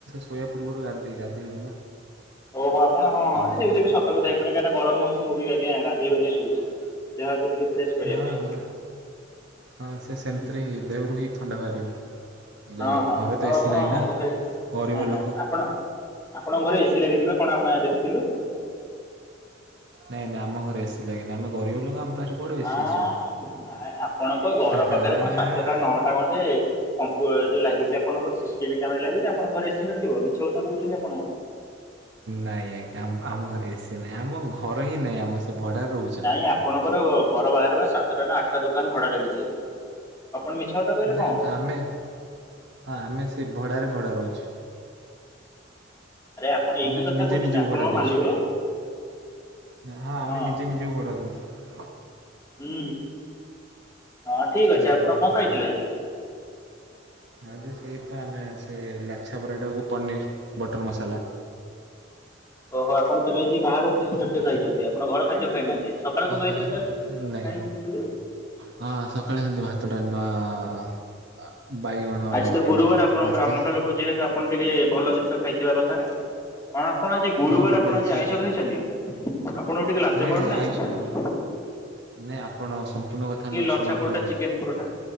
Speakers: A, on the right; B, on the left.
A: ସୋଇବା ପୂର୍ବରୁ ଗାଧି ଗାଧେଇବେ ନା।
B: ଓହୋ ଆପଣ ହଁ
A: ତାପରେ
B: ହଁ
A: ଯିବେ
B: ଏଇଟା
A: ଶୋଇବା
B: ବି ସତ କଥା ହେଇପାରେ କାହିଁକି ଗରମ ହୋଉଚି ମୁଁ ବି ଆଜ୍ଞ୍ୟା ସେଥିପାଇଁ ଗାଧେଇପାଧେଇ ସୋ ଦେହ ହାତ ଟିକେ ଫ୍ରେଶ କରିବା
A: ହଁ
B: ପାଇଁ।
A: ହଁ ହଁ
B: ହୁଁ
A: ସେମିତିରେ
B: ହୁଁ
A: ହିଁ ଦେହରୁ ହିଁ ଥଣ୍ଡା ବାହାରିବ। ହେଲେ
B: ଅହଁ ହଁ
A: ଘରେ ତ
B: ଆଉ
A: ଏସିି
B: ଆପଣ
A: ନାହିଁ ନା
B: ଘରେ
A: ଗରିବ
B: ନା ନା
A: ଲୋକ।
B: ଆପଣ ଆପଣଙ୍କ ଘରେ ଏସି ଲାଗିଯିଚି ପା କଣ ଆମେ ଦେଖିଥିଲୁ।
A: ନାଇଁ ନାଇଁ ଆମ ଘରେ ଏସି ଲାଗିନି ଆମେ ଗରିବ ଲୋକୋ ଆମ ପାଖରେ କୁଆଡ଼ୁ ଏସି
B: ଆଁ
A: ଆସିବ।
B: ନାଇଁ ଆପଣଙ୍କ ଘର
A: ହାଁ
B: ପାଖରେ <unintelligible> ସାତଟା ନଅଟା ଖଣ୍ଡେ <unintelligible> ଯୋଉ ଲାଗିଚି ଆପଣଙ୍କର ସି ସି ଟିଭି କ୍ୟାମେରା ଲାଗିଛି ଆପଣଙ୍କ ଘରେ ଏସି ନଥିବ ମିଛ କଥା କୋହୁଚନ୍ତି ଆ
A: ନାଇଁ <unintelligible> ଆମ ଘରେ ଏସି ନାଇଁ ଆମ ଘର ହିଁ ନାଇଁ ଆମ ସେ ଭଡାରେ ରହୁ
B: ନାଇଁ ଆପଣଙ୍କର ଘର ବାହାରେବା ସାତଟା ନା ଆଠଟା ଦୋକାନ ଭଡା ଲାଗିଛି ଆପଣ ମିଛ କଥା କହିଲେ
A: <unintelligible>
B: କଣ ହବ
A: ଆମେ ହଁ ଆମେ ସେଇ ଭଡ଼ାରେ ଭଡ଼ା ରୋହୁଛୁ।
B: ଆରେ ଆପଣ ଏଇ
A: ଆମେ
B: କି କଥା
A: ନିଜେ
B: କହୁଛନ୍ତି
A: ନିଜକୁ
B: ଆପଣଙ୍କ
A: ଭଡ଼ା ଦେଇଛୁ।
B: ମାଲିକ
A: ନାଁ ଆମେ
B: ହଁ
A: ନିଜେ ନିଜକୁ ଭଡ଼ା ଦୋଉଛୁ।
B: ହୁଁ ହଁ ଠିକ
A: ବୁଝିଲେ।
B: ଅଛି ଆପଣ କଁ ଖାଇଥିଲେ
A: ହଁ
B: ଆଜି।
A: ଆଜି ସେଇ ପା ଆମେ ସେ ଲାଚ୍ଛା ପରାଟାକୁ ପନିର ବଟର ମସାଲା।
B: ଓହୋ ଆପଣ ତାହେଲେ ଆଜି ବାହାର ଖାଦ୍ୟ ଖାଇଛନ୍ତି ଆପଣ ଘର ଖାଦ୍ୟ ଖାଇନାହାନ୍ତି। ସକାଳୁ କଁ ଖାଇଥିଲେ
A: ହଁ
B: ତାହାଲେ।
A: ନାଇଁ ହଁ ସକାଳେ କିନ୍ତୁ ଭାତ ଡାଲମା ଆ ବାଇଗଣ
B: ଆଜି ଗୁରୁବାର ଆପଣ
A: ଭର୍ତ୍ତା।
B: ବ୍ରାହ୍ମଣ ଲୋକ ଯେହେତୁ ତ ଆପଣ ଟିକେ ଭଲ ଜିନିଷ ଖାଇଥିବା କଥା ହଁ ଆପଣ ଆଜି ଗୁରୁବାର
A: ହଁ ଭଲରେ
B: ଆପଣ ଆଜି
A: ସେ
B: ଆଇଁଷ ଖାଇଛନ୍ତି। ଆପଣଙ୍କୁ ଟିକେ ଲାଜ
A: ନାଇଁ
B: ମାଡୁ
A: ନାଇଁ
B: ନାହିଁ।
A: ଆଇଁଷ ନୁହଁ। ନାଇଁ ଆପଣ ସମ୍ପୂର୍ଣ୍ଣ କଥା ନ
B: ଲଛା
A: ଶୁଣିକି
B: ପରଟା ଚିକେନ ପରଟା